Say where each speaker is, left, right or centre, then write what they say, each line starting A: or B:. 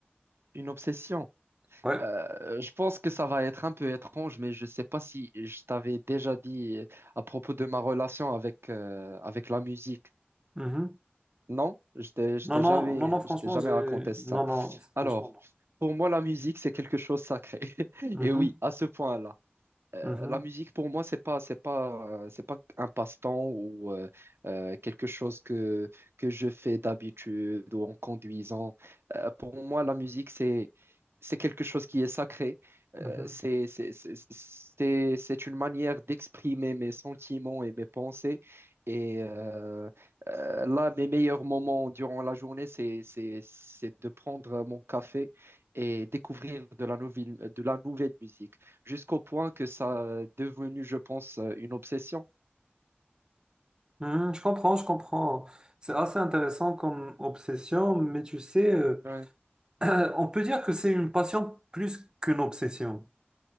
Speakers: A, on the right; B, on the right.
A: Une obsession.
B: Ouais.
A: Euh, je pense que ça va être un peu étrange, mais je sais pas si je t'avais déjà dit euh, à propos de ma relation avec, euh, avec la musique.
B: Mhm.
A: Non, je t'ai je
B: Non,
A: t'ai
B: non,
A: jamais,
B: non, non, franchement,
A: je t'ai jamais
B: j'ai...
A: raconté ça.
B: Non, non,
A: Alors,
B: franchement,
A: pour moi, la musique, c'est quelque chose de sacré. <laughs>
B: non.
A: Et
B: Mhm,
A: oui, à ce point-là euh,
B: mhm,
A: la musique pour moi c'est pas c'est pas euh, c'est pas un passe-temps ou euh, euh, quelque chose que que je fais d'habitude ou en conduisant. Euh, pour moi la musique c'est c'est quelque chose qui est sacré. Euh,
B: mhm.
A: c'est c'est c'est c'est c'est une manière d'exprimer mes sentiments et mes pensées. Et euh, euh, là, mes meilleurs moments durant la journée, c'est c'est c'est de prendre mon café et découvrir de la nouvelle de la nouvelle musique jusqu'au point que ça est devenu, je pense, euh, une obsession.
B: Mhm, je comprends, je comprends. C'est assez intéressant comme obsession, mais tu sais, euh,
A: Ouais.
B: <clears throat> on peut dire que c'est une passion plus qu'une obsession.